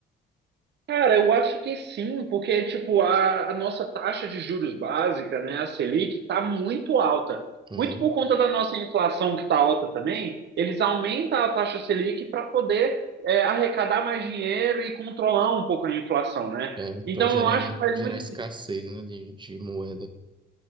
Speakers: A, on the right; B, on the right.
A: Cara, eu acho que sim, porque tipo a, a nossa taxa de juros básica, né, a Selic, está muito alta.
B: Uhum.
A: Muito por conta da nossa inflação que está alta também, eles aumentam a taxa Selic para poder é, arrecadar mais dinheiro e controlar um pouco a inflação, né?
B: É, para
A: Então
B: gerar,
A: eu acho que faz
B: gerar
A: muito
B: escassez,
A: sentido.
B: né, de, de moeda.